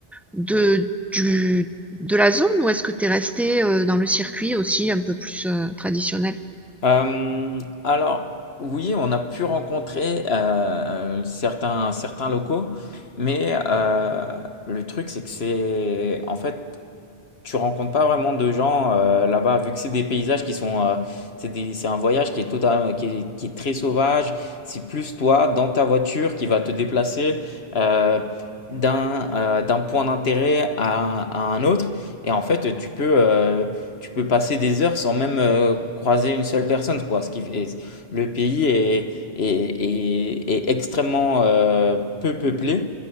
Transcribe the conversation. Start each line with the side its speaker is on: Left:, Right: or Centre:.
Centre: de, du, de la zone ou est-ce que tu es resté euh, dans le circuit aussi un peu plus euh, traditionnel?
Left: Euh, alors, oui, on a pu rencontrer euh, certains, certains locaux, mais euh, le truc, c'est que c'est en fait tu rencontres pas vraiment de gens euh, là-bas, vu que c'est des paysages qui sont, euh, c'est des- c'est un voyage qui est total, qui est, qui est très sauvage. C'est plus toi dans ta voiture qui va te déplacer euh, d'un euh, d'un point d'intérêt à, un à un autre. Et en fait, tu peux, euh, tu peux passer des heures sans même euh, croiser une seule personne, quoi. Ce qui, fait- le pays est, est, est- est extrêmement euh, peu peuplé,